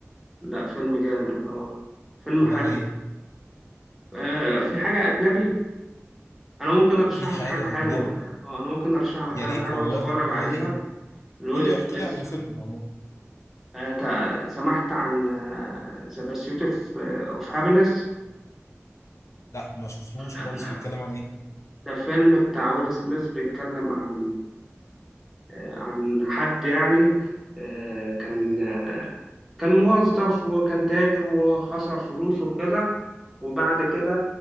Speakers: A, in the centre; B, on the left.
A: لا فيلم جامد اه فيلم
B: ده
A: حلو
B: هي
A: آه في حاجة أجنبي انا ممكن ارشح
B: في
A: لك
B: حاجه
A: حاجه
B: اجنبي
A: حلوه اه انا ممكن ارشح لك
B: يا
A: حاجه
B: ريت
A: حلوه
B: والله
A: اتفرج
B: قول
A: عليها
B: لي
A: لويل
B: قول لي واحكي
A: سميث
B: لي عن الفيلم عموما
A: آه، تع- سمعت عن ذا بيرسيوت اوف هابينس
B: لا ما شفتوش
A: لا
B: خالص
A: لا
B: بيتكلم عن ايه
A: ده فيلم بتاع ويل سميث بيتكلم عن آه، عن حد يعني آه، كان آه، كان موظف وكان تاجر وخسر فلوسه وكده وبعد كده